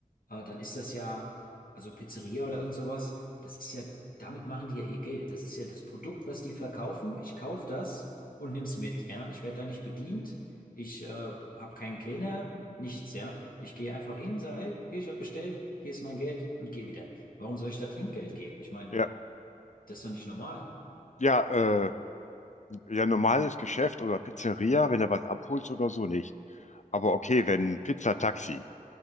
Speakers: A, on the left; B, on the left.
A: äh, dann ist das ja, also Pizzeria oder irgend sowas, das ist ja, damit machen die ja ihr Geld. Das ist ja das Produkt, was die verkaufen. Ich kaufe das und nimm's mit, ja. Ich werde da nicht bedient. Ich äh, habe keinen Kellner, nichts, ja. Ich gehe einfach hin, sage, ey, hier, ich habe bestellt, hier ist mein Geld und gehe wieder. Warum soll ich da Trinkgeld geben? Ich meine,
B: Ja,
A: das ist doch nicht normal.
B: ja, äh, ja, normales Geschäft oder Pizzeria, wenn du was abholst oder so nicht. Aber okay, wenn ein Pizzataxi